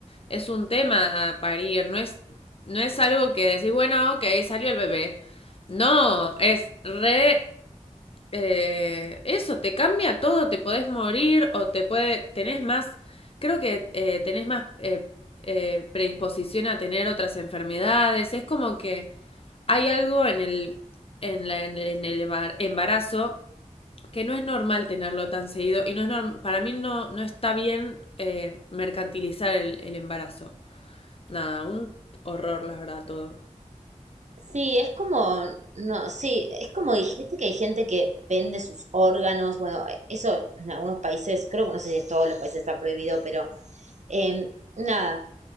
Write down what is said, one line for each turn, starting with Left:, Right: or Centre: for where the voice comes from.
Left: es un tema a parir, no es, no es algo que decís, bueno, ok, salió el bebé. No, es re eh, eso, te cambia todo, te podés morir o te puede, tenés más, creo que eh, tenés más eh, eh, predisposición a tener otras enfermedades, es como que hay algo en el, en la- en el- embarazo que no es normal tenerlo tan seguido y no es norm- para mí no, no está bien eh, mercantilizar el, el embarazo. Nada, un horror, la verdad, todo.
Right: Sí, es como, no, sí, es como dijiste que hay gente que vende sus órganos, bueno, eso en algunos países, creo que no sé si en todos los países está prohibido, pero eh, nada,